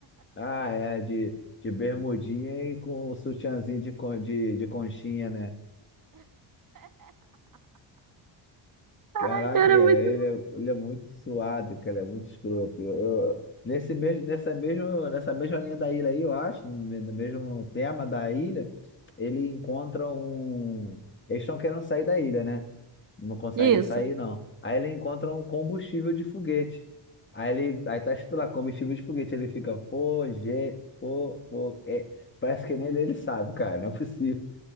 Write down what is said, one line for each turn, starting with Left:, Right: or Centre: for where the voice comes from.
Left: ah, é, de, de bermudinha e com o sutiãzinho de, con- de, de conchinha, né? Caraca,
Right: Ai, Cara,
Left: cara,
Right: é muito
Left: ele
Right: bom.
Left: é, ele é muito suado, cara, ele é muito escroto. Eu- eu- nesse mesmo, nessa mesmo, nessa mesma linha da ilha aí, eu acho, no, me- no mesmo tema da ilha, ele encontra um. Eles estão querendo sair da ilha, né? Não conseguem
Right: isso.
Left: sair, não. Aí ele encontra um combustível de foguete. Aí ele, aí tá escrito lá, combustível de foguete. Ele fica, foge, fo, fo, é. Parece que nem ele, ele sabe, cara, não é possível.